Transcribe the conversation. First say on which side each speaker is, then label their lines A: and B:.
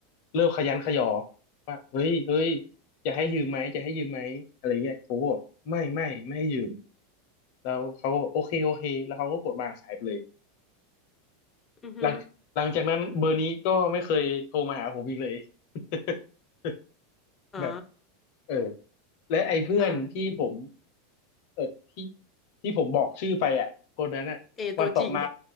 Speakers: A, on the left (about 60°); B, on the left (about 25°).
A: เริ่มขยันขยอว่าเฮ้ยเฮ้ยจะให้ยืมไหมจะให้ยืมไหมอะไรเงี้ยผมก็บอกไม่ไม่ไม่ให้ยืม แล้วเขาก็บอกโอเคโอเคแล้วเขาก็กดวางสายไปเลย
B: อือฮึ
A: หลังหลังจากนั้นเบอร์นี้ก็ไม่เคยโทรมาหาผมอีกเลย <laughs>
B: อ๋อ
A: แบบเออและไอ้เพื่อนที่ผม
B: อ่า
A: เออที่ที่ผมบอกชื่อไปอ่ะคนนั้นอ่ะวันต่อมา
B: เอตัวจริง